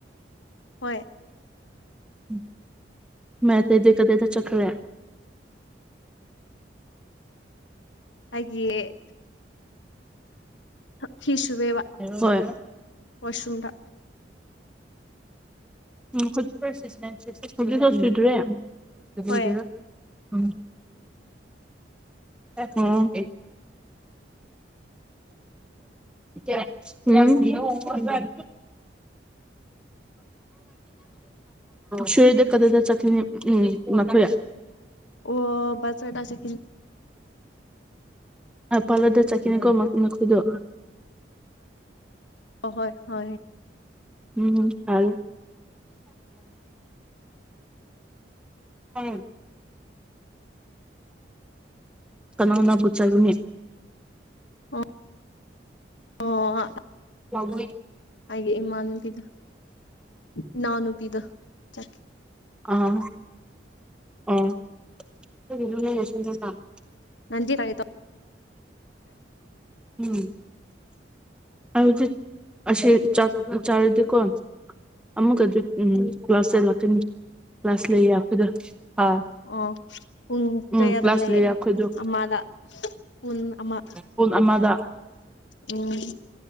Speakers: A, on the left (about 85°); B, in the centre.
A: ꯍꯣꯏ
B: ꯎꯝ <inaudible> ꯃꯣꯢ ꯑꯇꯩꯗꯤ ꯀꯗꯥꯢꯗ ꯆꯠꯈꯔꯦ
A: ꯍꯥꯏꯦ <inaudible> ꯐꯤꯁꯨꯕꯦꯕ
B: ꯍꯣꯏ
A: ꯋꯥꯁꯔꯨꯗ
B: ꯎꯝ ꯈ ꯆꯗ꯭ꯔꯦ <inaudible>
A: ꯍꯣꯏ
B: ꯎꯝ ꯎꯝ ꯎꯝ
A: <unintelligible>
B: ꯁꯣꯏꯨꯔꯗ ꯀꯗꯗ ꯆꯈꯅꯤ ꯎꯝꯅꯊꯨꯌꯥ <inaudible>
A: ꯑꯣ ꯄꯥꯁꯇꯔꯗ ꯆꯠꯀꯅꯤ
B: ꯑꯣ ꯄꯥꯜꯂꯗ ꯆꯠꯈꯤꯅꯤꯀꯣ ꯃꯈꯣꯏꯗꯣ
A: ꯍ ꯍꯣꯏ ꯍ
B: ꯎꯝ ꯐ <unintelligible>
A: <unintelligible>
B: ꯀꯅꯥꯅꯕꯨ ꯆꯂꯨꯅꯤ
A: ꯍꯣꯏ ꯑꯣ
B: ꯎ ꯂꯕꯨꯏ <inaudible>
A: ꯑꯩꯒꯤ ꯏꯃꯅꯕꯤꯗꯨ ꯏꯎꯅꯨꯄꯤꯗꯨ ꯆꯠ
B: ꯑꯥ ꯎ <unintelligible>
A: ꯅꯟ ꯀꯥꯏ
B: ꯎꯝ ꯍꯧꯖꯤ ꯑꯁꯤꯁ ꯆꯥ ꯆ ꯆꯥꯔꯗꯤꯀꯣ ꯑꯃꯨꯛꯀ ꯑꯗꯨ ꯎꯝ ꯀ꯭ꯂꯥꯁꯇ ꯂꯥꯛꯀꯅꯤ ꯀ꯭ꯂꯥꯁ ꯂꯩꯈꯣꯏꯗ ꯑꯥ
A: ꯑꯣ ꯄꯨꯡ
B: ꯎꯝ
A: ꯀꯌꯥꯗ
B: ꯀ꯭ꯂꯥꯁ
A: ꯂꯩꯌꯦꯦ
B: ꯂꯩꯌꯦ ꯑꯩꯈꯣꯏꯗꯣ
A: ꯑꯃꯥꯗ ꯄꯨꯟ ꯑꯃ
B: ꯄꯨꯡ ꯑꯃꯗ
A: ꯎꯝ